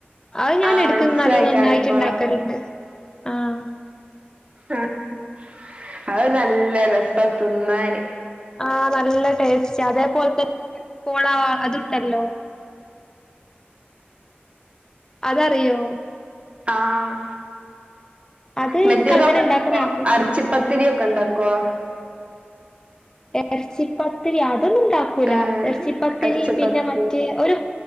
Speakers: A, on the left; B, on the right.
A: അഹ് ഞാൻ
B: ആഹ്
A: എടുക്ക്ന്ന
B: മനസ്സിലായി
A: നല്ല നന്നായിട്ട്
B: കായ്പോള
A: ഉണ്ടാക്കൽണ്ട് ആഹ
B: ആ അത് നല്ല രസ തിന്നാന്
A: ആഹ് നല്ല ടേസ്റ്റ് അതേ പോലത്തെ പോളവാ അതുണ്ടല്ലോ അതറിയോ?
B: ആഹ്
A: അത്
B: മെറ്റേതോ
A: എനിക്ക് അങ്ങനെ
B: കണ്ടല്ലോ
A: ഉണ്ടാക്കാൻ അറിയില്ല
B: അരച്ചിപ്പ തിരിയൊക്കെ ഉണ്ടാക്കോ?
A: എറച്ചിപ്പത്തിരി അതൊന്നു ഉണ്ടാക്കൂല
B: ഏഹ്
A: എറച്ചിപ്പത്തിരി
B: എറച്ചിപ്പത്തിരി
A: പിന്നെ മറ്റേ ഒരു